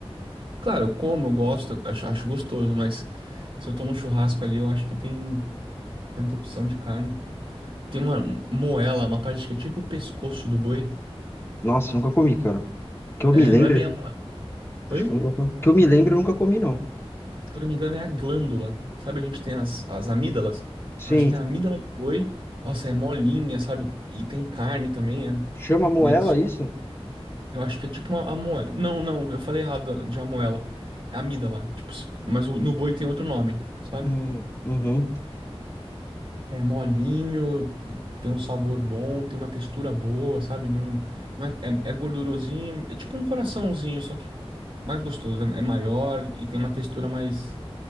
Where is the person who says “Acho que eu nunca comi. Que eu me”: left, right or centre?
Left